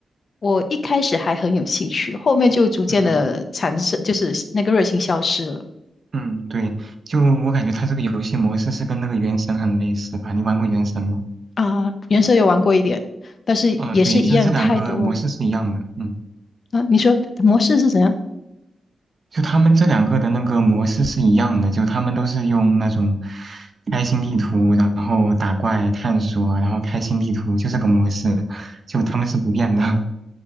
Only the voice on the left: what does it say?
我一开始还很有兴趣，后面就逐渐的产生，
就是那个热情消失了
啊。原神有玩过一点，但是也是一样太多
啊。你说模式是怎样？